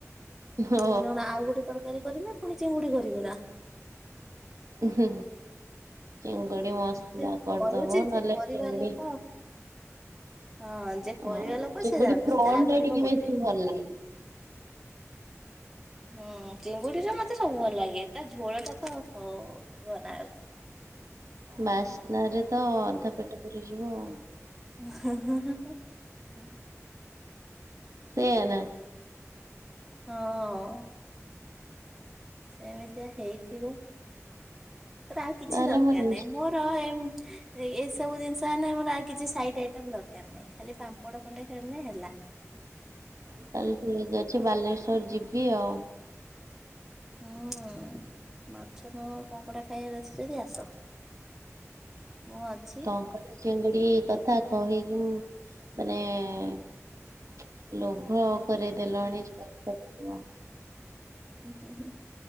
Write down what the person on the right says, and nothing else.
ହୋ
ଉ ହୁଁ। ଚିଙ୍ଗୁଡି ମସଲା
କରିଦବ
ନହେଲେ
ଚିଙ୍ଗୁଡି
ହଁ
ଚିଙ୍ଗୁଡ଼ି
<unintelligible>
ଟିକେ
ବେଶୀ ଭଲ ଲାଗେ।
ବାସ୍ନା ରେ ତ ଅଧା ପେଟ ଭରି ଯିବ ଆଉ।
ସେୟାନା
ତାହେଲେ
ମୁଁ ନିଶ୍ଚ
ତାହେଲେ ଠିକ ଅଛି ବାଲେଶ୍ଵର ଯିବି ଆଉ।
କଙ୍କଡ଼ା ଚିଙ୍ଗୁଡି କଥା କହିକି ମାନେ ଉଁ ଲୋଭ କରେଦେଲଣି <unintelligible>